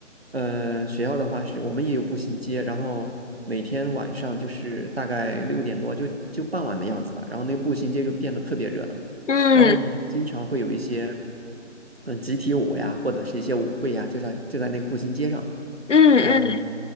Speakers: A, on the right; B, on the left.
A: 呃，学校的话是我们也有步行街，然后每天晚上就是大概六点多就就傍晚的样子吧，然后那个步行街就变得特别热闹，
B: 嗯
A: 然后你就经常会有一些，嗯，集体舞呀，或者是一些舞会呀，就在就在那个步行街上，
B: 嗯嗯，
A: 嗯、